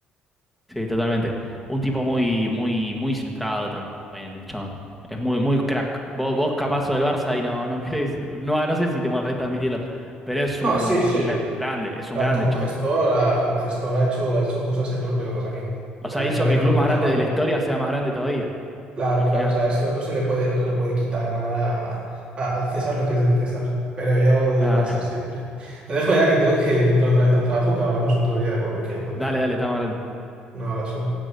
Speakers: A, in the centre; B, on the right.
A: Sí, totalmente. Un tipo muy, muy, muy centrado también, el chabón. Es muy, muy crack. Vos, vos capazo del Barça y no, no querés, no, ah, no sé si te molesta admitirlo, pero es
B: No,
A: un,
B: sí, sí.
A: un grande, es un
B: O sea,
A: grande
B: como
A: el chabón.
B: gestor, ah, como gestor ha hecho, ha hecho cosas enormes. Lo que pasa que,
A: O
B: obviamente,
A: sea, hizo
B: a mí
A: que
B: no
A: el club
B: me gusta
A: más grande
B: el Madrid.
A: de la historia sea más grande todavía.
B: Claro,
A: Imaginate.
B: claro, o sea, eso no se le puede, no se le puede quitar nada a- a- al César lo que es del César, pero yo del
A: Claro.
B: Barça siempre. Te dejo ya que tengo que, que entrar otra vez al trabajo, pero hablamos otro día de cuando quieramos
A: <laughs> Dale,
B: de fútbol.
A: dale, estamos hablando.
B: Un abrazo.